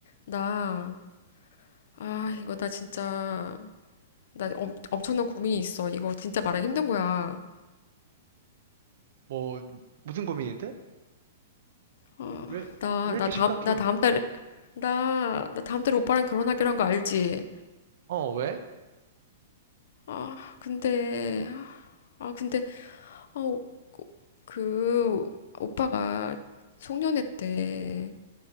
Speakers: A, on the left (about 55°); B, on the right (about 55°).
A: 나, 아, 이거 나 진짜, 나 엄, 엄청난 고민이 있어. 이거 진짜 말하기 힘든 거야.
B: 뭐, 무슨 고민인데?
A: 어,
B: 왜,
A: 나,
B: 왜 이렇게
A: 나 다음,
B: 심각해?
A: 나 다음 달에, 나, 나 다음 달에 오빠랑 결혼하기로 한 거 알지?
B: 어, 왜?
A: 아, 근데, 아, 근데, 어, 그, 오빠가 송년회 때